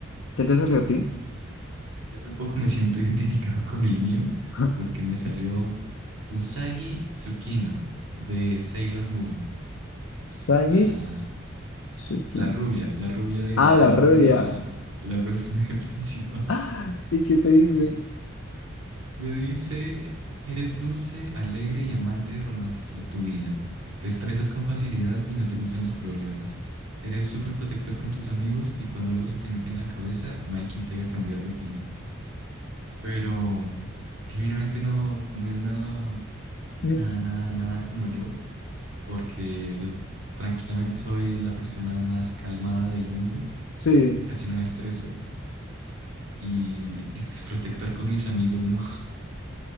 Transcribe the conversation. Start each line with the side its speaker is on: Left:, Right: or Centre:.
Left: ¿Qué te salió a ti?
Right: Yo tampoco me siento <laughs> identificado con el mío
Left: <laughs>
Right: porque me salió Usagi Tsukino de Sailor Moon,
Left: Sagi
Right: la,
Left: Tsukino.
Right: la rubia, la rubia de
Left: Ah,
Right: Sailor
Left: la rubia.
Right: Moon, la, la personaje <laughs> principal.
Left: ¡Ah! ¿Y qué te dice?
Right: Me dice, eres dulce, alegre y amante de romantizar tu vida. Te estresas con facilidad y no te gustan los problemas. Eres súper protector con tus amigos y cuando algo se te mete en la cabeza, no hay quien te haga cambiar de opinión. Pero genuinamente no, no es nada,
Left: Mm,
Right: nada, nada, nada como yo, porque yo tranquilamente soy la persona más calmada del mundo,
Left: Sí,
Right: casi no me estreso y, y pues protector con mis amigos, no.